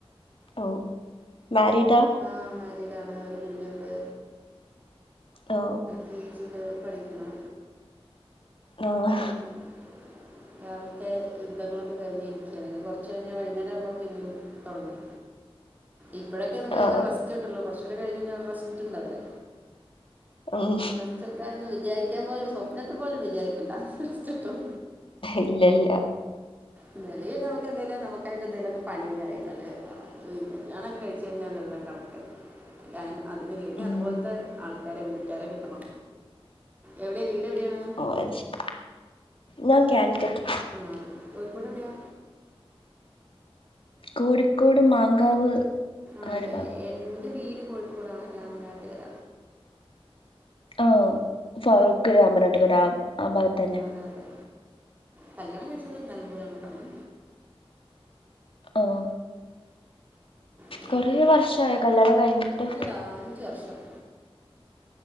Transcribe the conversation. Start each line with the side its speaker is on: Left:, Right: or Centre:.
Left: ഓ മാരിഡ
Right: ആ മാരിഡാണ് ഒരു കുഞ്ഞുണ്ട്
Left: ഓ
Right: കെജിയിൽ പഠിക്കുന്നു
Left: ആഹ
Right: <inaudible> രാവിൽത്തെ യുദ്ധങ്ങളൊക്ക കഴിഞ്ഞി ഇരിക്കാണ് ഇനി കൊറച്ചഴിഞ്ഞ വൈന്നേരം ആവുമ്പൊ പിന്നിം തൊടങ്ങും ഇപ്പഴൊക്കെ നിങ്ങകൊക്ക
Left: ആ
Right: റസ്റ്റ് കിട്ടൊള്ളു കുറച്ചൂടെ കഴിഞ്ഞ റെസ്റ്റ്ണ്ടാവില്ല
Left: ഉം
Right: റെസ്റ്റെട്ക്കാൻ ഒന്ന് വിചാരിക്കാൻ പോലും സ്വപ്നത്തി പോലും വിചാരിക്കണ്ട റെസ്റ്റ്ട്ടും
Left: ഇല്ലല്ല
Right: ഇന്നലെ എന്തേലു നമുക്കായിട്ട് എന്തേലൊക്കെ പണിണ്ടായി കല്യാണം കഴിച്ച് കഴിഞ്ഞാ എല്ലാം കണക്കായി അതിനല്ലെങ്കിൽ
Left: ഉം
Right: അതുപോല്ത്തെ ആൾ വേറെ വീട്ടാരെ കിട്ടണം എവിടെ വീട് എവിടേണ്
Left: ഓഹ് അത് ശരി ഞാൻ ക്യാലിക്കറ്റ്
Right: ആഹ് കോഴിക്കോട് എവിടെയാ
Left: കോഴിക്കോട് മാങ്കാവ്
Right: ആഹ്
Left: ആ ഒരു ഭാഗം
Right: എന്റ വീട് കോഴിക്കോടാണ് രാമനാട്ട്കര
Left: ആഹ് ഫവ്ക്കു രാമനാട്ട്കര ആഹ് ഭാഗത്തന്നെ
Right: ആഹ് അതെ കല്യാണം കഴിച്ചത് നെലമ്പൂരണ് ട്ടൊ അന്ന്
Left: ആഹ്
Right: വീട്
Left: കൊറേ വർഷായൊ കല്യാണം കഴ്ഞ്ഞിട്ട്
Right: ഇല്ലടാ അഞ്ച് വർഷം